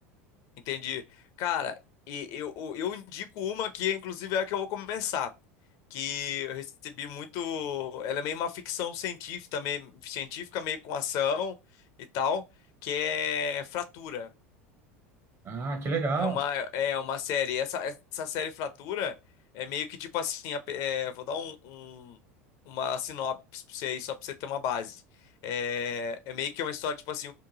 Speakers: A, on the left; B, on the right.
A: Entendi. Cara, e eu, eu eu indico uma que, inclusive, é a que eu vou começar. Que eu recebi muito. Ela é meio uma ficção científica, meio, científica, meio com ação e tal. Que é Fratura.
B: Ah, que legal.
A: É uma, é é uma série. Essa, essa série Fratura é meio que tipo assim. a pe- é, vou dar um, um- uma sinopse pra você aí, só pra você ter uma base. É, é meio que uma história, tipo assim,